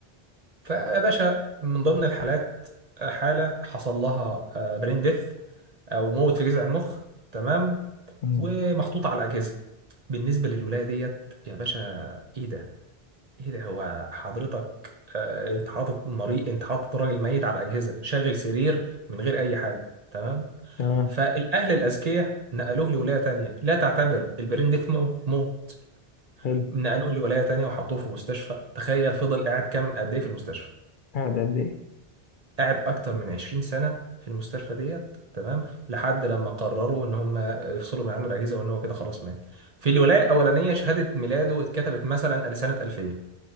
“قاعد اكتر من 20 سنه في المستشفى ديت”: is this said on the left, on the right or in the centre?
Right